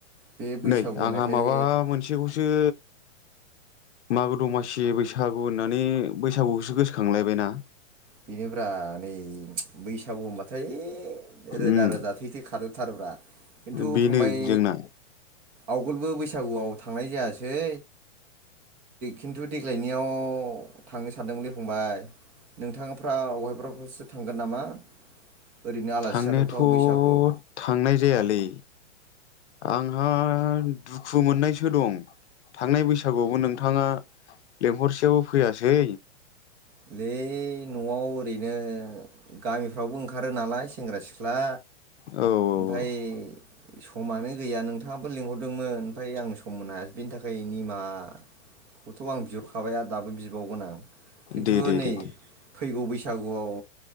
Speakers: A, on the right (about 25°); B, on the left (about 65°).
A: बे बैसागु
B: नै
A: होनायखाय
B: आंहा माबा मोनसेखौसो मागो दमासि बैसागु होननानै बैसागुखौसो गोसोखांलायबायना
A: बिनोब्रा नै बैसागु होनबाथाय रोदा-रोदा
B: उम
A: थै-थै खारजोबथारोब्रा खिन्थु
B: बेनो
A: फंबाय
B: जोंना
A: आवगलबो बैसागुआव थांनाय जायासै खिन्थु देग्लायनियाव थांनो सानदोंमोनलै फंबाय नोंथांफ्रा अबेहायबफोरावसो थांगोन नामा ओरैनो आलासि
B: थांनायाथ'
A: जाथावथाव बैसागु
B: थांनाय जायालै आंहा दुखु मोननायसो दं। थांनाय बैसागुआवबो नोंथाङा लेंहरसेयावबो फैयासै
A: ओंलै न'आव ओरैनो गामिफ्रावबो ओंखारो नालाय सेंग्रा सिख्ला
B: औ औ
A: आमफाय समानो गैया नोंथाङाबो लिंहरदोंमोन आमफाय आं सम होनो हाया बिनि थाखाय निमाखौथ' आं बिहरखाबाय आरो दाबो बिबावगोन आं खिन्थु
B: दे दे
A: नै
B: दे दे
A: फैगौ बैसागुआव